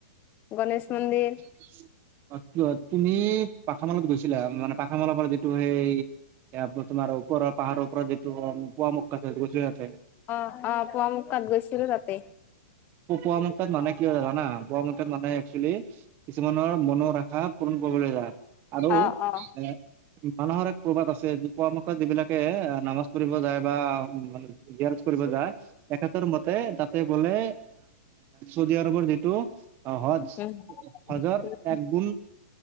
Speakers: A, on the left; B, on the right.
A: গণেশ মন্দিৰ
B: <unintelligible> তুমি পাথামালত গৈছিলা, মানে পাথামালৰ পৰা যিটো সেই এপ তমাৰ ৰ পাহাৰৰও পৰাৰত যটো পোৱা মুকাছে গচ আছে।
A: অ', অ' পোৱা মুখাত গৈছিলো তাতে
B: পপোৱা মত তাত মানে জানা মানে একেল কিছুমানৰ মনৰ ৰখা পণ ক'বলৈ যা আৰু
A: অ অ
B: এ মানুহৰ এক প্ৰবাত আছে পৰামৰ্শত যিবিলাকে নামাজ পঢ়িব যায় বা ইয়াত কৰিব যায়, তেখেতৰ মতে তাতে গ'লে, চৌদি আৰবৰ যিটো অ', হজ-হজত
A: উম উম।
B: একগুন